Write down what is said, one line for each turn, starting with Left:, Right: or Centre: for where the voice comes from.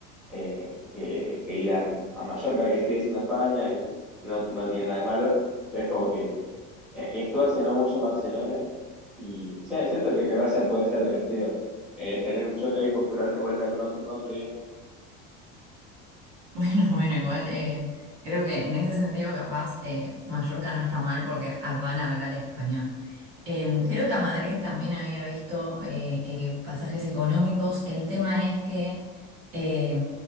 Centre: eh, que, que ir a, a Mallorca, que sigue siendo España y no, no tiene nada de malo, pero es como que eh, y estuve hace no mucho en Barcelona y sí, siento que Croacia puede ser divertido eh, tener un choque ahí cultural de vuelta con ot- no, otro, idioma.
Right: Bueno, <laughs> bueno, igual eh, creo que en ese sentido capaz eh, Mallorca no está mal porque ah, van a hablar español. Eh, creo que a Madrid también había visto eh, eh, pasajes económicos. El tema es que, eh,